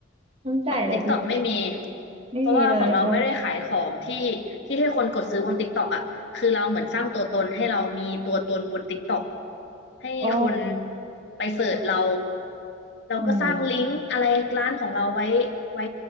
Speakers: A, on the right (about 30°); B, on the left (about 60°).
A: ต้องจ่ายอะไรพิเศษไหม
B: ของ TikTok ไม่มี
A: ไม่มีเลยอ๋อ
B: เพราะว่าของเราไม่ได้ขายของที่ที่ให้คนกดซื้อบน TikTok อะคือเราเหมือนสร้างตัวตนให้เรามีตัวตนบน TikTok ให้คน
A: อ๋อ
B: ไปเสิร์ชเรา
A: อืม
B: เราก็สร้างลิงก์อะไรร้านของเราไว้ไว้
A: อืม